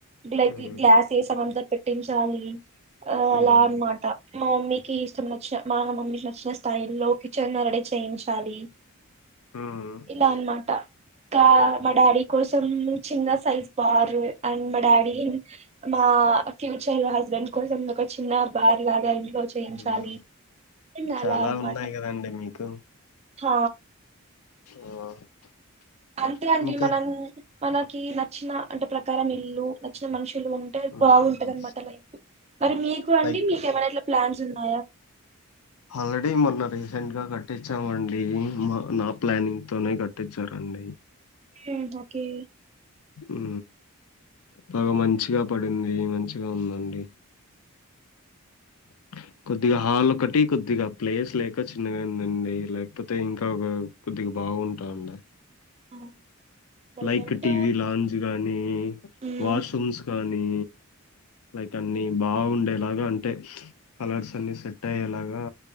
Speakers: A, on the right; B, on the left.
A: లైక్
B: హ్మ్.
A: గ్లాసెస్ అంతా పెట్టించాలి. అ
B: హ్మ్.
A: అలా అనమాటా మా మమ్మీకి ఇష్టమనిచ్చామా మమ్మీకి నచ్చిన స్టైల్ లో కిచెన్ రెడీ చేయించాలి.
B: హ్మ్.
A: ఇలా అనమాటా ఇంకా మా డాడీ కోసం చిన్న సైజ్ బార్ అండ్ మా డాడీ మా ఆ ఫ్యూచర్ హస్బెండ్ కోసం ఒక చిన్న బార్ లాగా ఇంట్లో చేయించాలి
B: హ్మ్.
A: ఇన్
B: చాలా
A: అలా అన్నమాట
B: ఉన్నాయి గదండీ మీకు.
A: ఆ
B: ఆ
A: అంతే అండి
B: ఇంకా
A: మనం మనకి నచ్చిన అంటే ప్రకారం ఇల్లు నచ్చిన మనుష్ లు ఉంటే
B: హ్మ్.
A: బాగుంటదన్నమాట లైఫు మరి మీకు అండీ
B: లైక్
A: మీకేమైనా ఇట్లా ప్లాన్స్ ఉన్నాయా
B: హాల్రెడీ మొన్న రీసెంట్ గా గట్టించామండి మ నా ప్లానింగ్ తోనే గట్టిచ్చారనండి. ఉన్నాయ్
A: ఉ ఓకే
B: ఉ బాగా మంచిగా పడింది మంచిగా ఉందండి <inaudible> కొద్దిగా హాల్ ఒకటి కొద్దిగా ప్లేస్ లేక చిన్నగా అయిందండీ లేకపోతే ఇంకా ఒక కొద్దిగ బ బాగుంటండ్య
A: ఆ, ప్రజెంట్
B: లైక్ టీవీ లాంజ్ గానీ
A: ఉహు
B: వాష్రూమ్స్ కానీ లైక్ అన్ని బాగుండేలాగ అంటే కలర్సన్నీ సెట్ అయ్యే లాగా